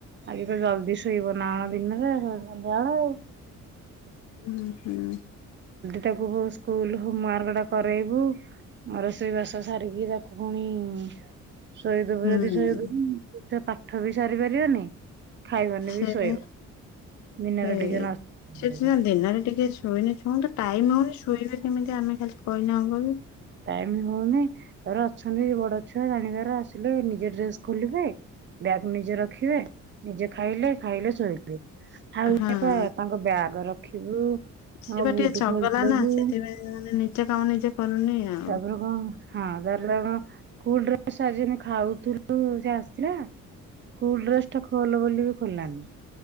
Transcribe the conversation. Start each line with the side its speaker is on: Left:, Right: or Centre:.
Right: ଆଜି ପୁରା ଜଲଦି ଶୋଇବ ନା କଣ ଦିନରେ ସ ସନ୍ଧ୍ୟାବେଳ ଆଉ।
Left: ହୁଁ, ହୁଁ।
Right: ଜଲଦି ତାକୁ ସ୍କୁଲ ହୋମ ୱାର୍କ ଟା କରେଇବୁ। ମୋ ରୋଷେଇ ବାସ ସାରିକି ତାକୁ ପୁଣି-ଇ-ଇ-ଇ ଶୋଇଦବୁ
Left: ହୁଁ
Right: ଯଦି ଶୋଇଦବୁ ସେ ପାଠ ବି ସାରି ପାରିବନି। ଖାଇବନି
Left: ସେଇଥିପାଇଁ
Right: ବି ଶୋଇବ ଦିନରେ
Left: ସେ
Right: ଟିକେ ନ ବେଳକୁ
Left: ସେ ସିନା ଦିନରେ ଟିକେ ଶୋଇଲେ ହଁ ତ ଟାଇମ୍ ହେଉନି ଶୋଇବେ କେମିତି ଆମେ ଖାଲି କହିଲେ ହେବ କି।
Right: ଟାଇମ୍ ହଉନି ତାପରେ ଅଛନ୍ତି ବଡ ଛୁଆ ଜାଣିବାର ଆସିଲେ ନିଜେ ଡ୍ରେସ ଖୋଲିବେ। ବ୍ୟାଗ୍ ନିଜେ ରଖିବେ, ନିଜେ ଖାଇଲେ, ଖାଇଲେ ଶୋଇଲେ। ଆଉ
Left: ହଁ
Right: <inaudible> ତାଙ୍କ ବ୍ୟାଗ ରଖିବୁ।
Left: ସେ
Right: ତାଙ୍କ
Left: ବା
Right: ବୁଟ
Left: ଟିକେ ଚଗଲା
Right: ଖୋଲିଦବୁ
Left: ନା ସେଥିପାଇଁ ସେମାନେ ନିଜ କାମ ନିଜେ କରୁନି। ଆଉ।
Right: ତାପରେ କଣ ହବ। ହଁ <unintelligible> ସ୍କୁଲ ଡ୍ରେସ <inaudible> ଖାଉଥିଲୁ ସେ ଆସିଲା ସ୍କୁଲ ଡ୍ରେସ ଟା ଖୋଲ ବୋଲିକି ଖୋଲିଲାନି,